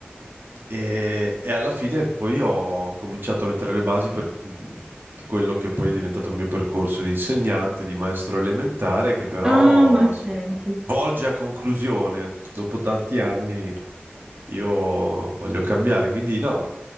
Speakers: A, on the right; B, on the right.
A: e, e alla fine poi ho cominciato a mettere le basi per- mm, di quello che poi è diventato il mio percorso di insegnante, di maestro elementare, che però,
B: Ah, ma
A: insomma,
B: senti.
A: volge a conclusione. Dopo tanti anni io voglio cambiare, quindi no.